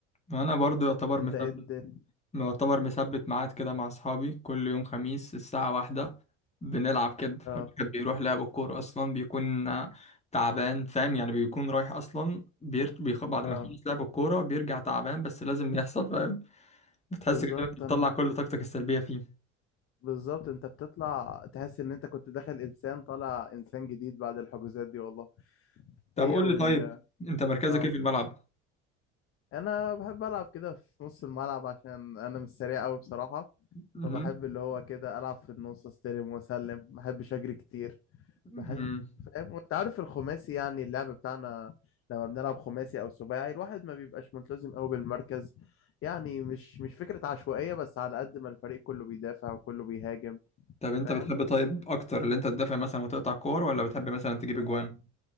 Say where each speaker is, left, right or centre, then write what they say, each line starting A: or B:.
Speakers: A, on the left (about 20°); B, on the left (about 40°).
A: انا برضو يعتبر
B: انت
A: مثبت
B: ايه الدنيا
A: يعتبر مثبت ميعاد كده مع اصحابي كل يوم خميس الساعة واحدة بنلعب كده
B: اه
A: الواحد بيروح لعب الكورة اصلا بيكون تعبان فاهم يعني بيكون رايح اصلا بير... بيخ... بعد
B: اه
A: ما يخلص لعب الكورة بيرجع تعبان بس لازم يحصل فاهم بتحس
B: بالظبط
A: كده إن انت بتطلع
B: انا
A: كل طاقتك السلبية فيه
B: بالظبط انت بتطلع تحس ان انت كنت داخل انسان طالع انسان جديد بعد الحجوزات دي والله
A: طب
B: هي
A: قول
B: وال
A: لي طيب انت مركزك
B: اه
A: ايه في الملعب
B: انا بحب العب كده في نص الملعب عشان انا مش سريع قوي بصراحه
A: مهم.
B: فبحب اللي هو كده العب في النص استلم واسلم ما بحبش اجري كتير
A: مهم.
B: بحب فاهم وانت عارف الخماسي يعني اللعب بتاعنا لما بنلعب خماسي او سباعي الواحد ما بيبقاش ملتزم قوي بالمركز يعني مش مش فكره عشوائيه بس على قد ما الفريق كله بيدافع وكله بيهاجم
A: طب انت
B: فاهم
A: بتحب طيب اكتر اللي انت تدافع مثلا وتقطع كور ولا بتحب مثلا تجيب اجوان